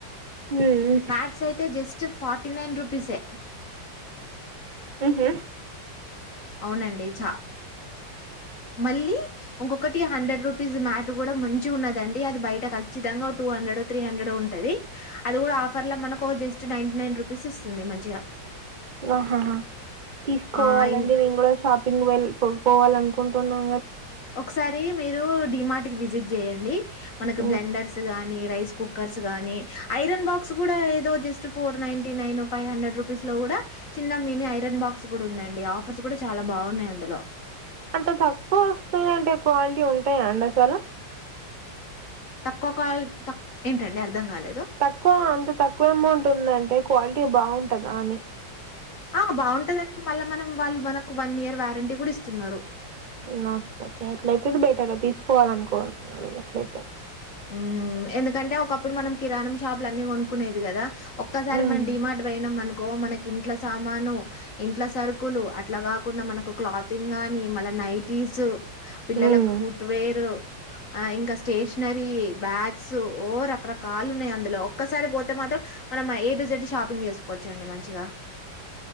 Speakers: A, on the right; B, on the left.
A: హ్మ్.
B: మ్యాట్స్ అయితే జస్ట్ ఫార్టీ నైన్ రూపీసే
A: ఊహు
B: అవునండి చా మళ్ళీ ఇంకొకటి హండ్రెడ్ రూపీస్ మ్యాట్ కూడా మంచిగున్నదండి అది బయట ఖచ్చితంగా టూ టుహండ్రెడ్ ఒ త్రీ హండ్రెడ్ ఒ ఉంటది అది కూడా ఆఫర్ లో మనకు జస్ట్ నైన్టీ నైన్ రూపీస్ ఇస్తుంది మంచిగా
A: ఆహాహా తీసుకోవాలండి
B: ఆ ఇం
A: నేను కూడా షాపింగ్ వెళ్ పోవాలనుకుంటున్నా
B: ఒకసారి మీరు డిమార్ట్ కి విజిట్ చేయండి మనకు
A: హ్మ్.
B: బ్లెండర్స్ గాని రైస్ కుక్కర్స్ గాని ఐరన్ బాక్స్ కూడా ఏదో just four ninety nine five hundred rupees లో కూడా డ చిన్న మిని ఐరన్ బాక్స్ కూడా ఉందండి ఆఫర్స్ కూడా చాలా బాగున్నాయి అందులో
A: అంటే తక్కువ వస్తున్నయంటే క్వాలిటీ ఉంటాయా అండి అసలు
B: తక్కువ కాల్ తక్ ఏంటండి అర్థం కాలే
A: తక్కువ అంత తక్కువ అమౌంట్ ఉందంటే క్వాలిటీ బాగుంటందా అని
B: ఆ బాగుంటదండి మళ్ళా మనం వాళ్ళు మనకు వన్ ఇయర్ వారంటీ కూడా ఇస్తున్నారు
A: నచ్చచ్చ ఎట్లయితే బెటర్ తీసుకోవాల అనుకోండి అట్లయితే
B: ఊ ఎందుకంటే ఒకప్పుడు మనం కిరాణం షాపులన్నీ కొనుకునేది కద ఒక్కసారి
A: ఉమ్
B: మన డిమార్ట్ పోయినమను కో మనకు ఇంట్ల సామాను ఇంట్ల సరుకులు అట్లా కాకుండా మనకు క్లాతింగ్ కానీ మల నైటీస్ పిల్లలకు
A: ఉమ్
B: ఫుట్వేర్ ఆహ్ ఇంకా స్టేష్ నరీ బ్యాగ్స్ ఓ రకరకాలున్నాయి అందులో ఒసారి పోతే మనం ఏ టు జడ్ షాపింగ్ చేసుకోవచ్చండి మంచిగా